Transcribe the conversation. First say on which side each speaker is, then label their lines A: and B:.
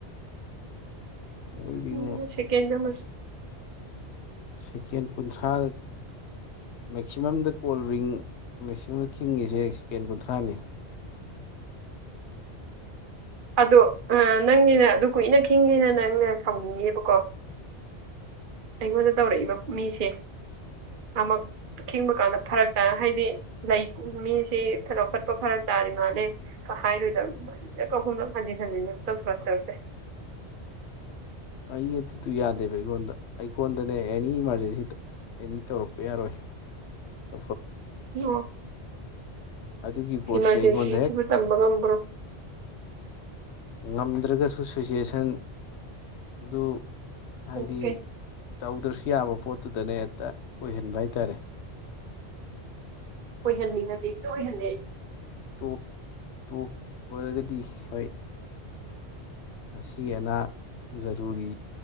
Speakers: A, on the left; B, on the right.
A: ꯃꯣꯏꯗꯤ
B: ꯎꯟꯅ
A: ꯉꯣ
B: ꯁꯦꯀꯦꯟ ꯅ ꯃꯁ
A: ꯁꯦꯀꯦꯟ ꯀꯨꯟꯊ꯭ꯔꯥ ꯃꯦꯛꯁꯤꯃꯝꯗ ꯀꯣꯜ ꯔꯤꯡ ꯃꯦꯛꯁꯤꯃꯝꯗ ꯈꯤꯡꯉꯤꯁꯦ ꯁꯦꯀꯦꯟ ꯀꯨꯟꯊ꯭ꯔꯥꯅꯤ
B: ꯑꯗ ꯑ ꯅꯪꯒꯤꯅ ꯑꯗꯨ ꯀꯣꯏꯅ ꯍꯤꯡꯉꯦꯅ ꯅꯪꯅ ꯁꯥꯎꯅꯤꯡꯉꯦꯕ ꯀꫭ ꯑꯩꯉꯣꯟꯗ ꯇꯧꯔꯛꯏꯕ ꯃꯤꯁꯦ ꯑꯃꯨꯛ ꯈꯤꯡꯕ ꯀꯥꯟꯗ ꯐꯔꯛ ꯇꯥ ꯍꯥꯏꯗꯤ ꯂꯩ ꯃꯤꯁꯤ ꯆꯥꯎꯈꯠꯄ ꯐꯔꯛ ꯇꯥꯔꯤ ꯃꯥꯜꯂꯦ ꯍꯥꯏꯔꯣꯏꯗꯕ ꯀꯥꯎꯈꯨꯝꯂ ꯍꯟꯖꯤꯟ ꯍꯟꯖꯤꯟ ꯇꯧꯁꯤꯂꯞ ꯇꯧꯁꯦ
A: ꯑꯗꯤ ꯇꯨ ꯌꯥꯗꯦꯕꯩꯒꯣꯣꯟꯗ ꯐꯣꯟꯗꯅꯦ ꯑꯦꯅꯤ ꯏꯃꯥꯔꯖꯦꯟꯁꯤ ꯑꯦꯅꯤ ꯇꯧꯔꯛꯄ ꯌꯥꯔꯣꯏ ꯇ
B: ꯑꯣ
A: ꯑꯗꯨꯒꯤ ꯄꯣꯠꯁꯦ
B: ꯏꯃꯥꯔꯖꯦꯟꯁꯤꯁꯤꯕꯨ
A: ꯑꯩꯉꯣꯟꯗ ꯍꯦꯛ
B: ꯇꯝꯕ ꯉꯝꯕ꯭ꯔꯣ
A: ꯉꯝꯗ꯭ꯔꯒꯁꯨ ꯁꯤꯆꯨꯋꯦꯁꯟ ꯑꯗꯨ ꯍꯥꯏꯗꯤ
B: ꯑꯣꯀꯦ
A: ꯇꯧꯗ꯭ꯔꯁꯤ ꯌꯥꯕ ꯄꯣꯠꯇꯨꯗꯅꯦ ꯍꯦꯛꯇ ꯑꯣꯏꯍꯟꯕ ꯍꯥꯏꯇꯥꯔꯦ
B: ꯑꫭꯏꯍꯟ ꯅꯤꯛꯉꯗꯤ ꯌꯦꯛꯇ ꯑꫭꯏꯍꯜꯂꯦ
A: ꯇꯣꯞ ꯇꯣꯞ ꯑꯣꯏꯔꯒꯗꯤ ꯍꯣꯏ ꯑꯁꯤ ꯑꯅꯥ ꯖꯔꯨꯔꯤ